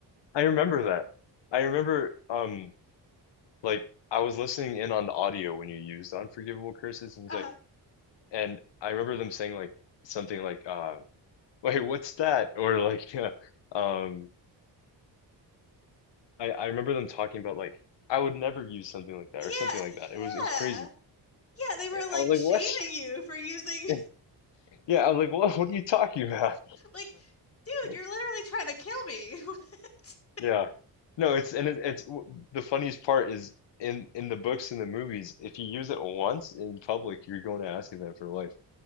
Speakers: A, on the left; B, on the left.
A: I remember that. I remember um like I was listening in on the audio when you used Unforgivable Curses and he's
B: uh
A: like and I remember them saying like something like uh <laughs> wait, what's that? Or like <laughs> um I I remember them talking about like I would never use something like that
B: yeah,
A: or something like
B: yeah.
A: that. It was it was crazy.
B: Yeah, they were like
A: I was like,
B: shaming
A: "What?"
B: you for using
A: <laughs> Yeah, I was like, "What what are you talking about?"
B: <laughs> like dude,
A: <laughs>
B: you're literally trying to kill me. <laughs>
A: Yeah. No, it's and it, it's w- the funniest part is in in the books and the movies, if you use it once in public, you're going to ask them for life.